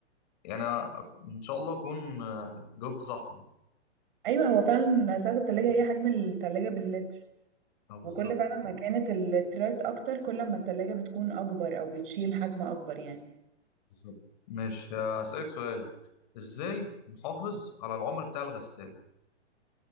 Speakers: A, on the left; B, on the right.
A: يعني أنا ان شاء الله اكون آه، جاوبت صح يعني.
B: ايوه هو فعلا سعة التلاجة هي حجم التلاجة باللتر
A: او
B: وكل
A: بالظبط
B: فعلا ما كانت اللترات اكتر كل ما التلاجة بتكون اكبر او بتشيل حجم اكبر يعني
A: بالظبط مش هسألك سؤال ازاي نحافظ على العمر بتاع الغسالة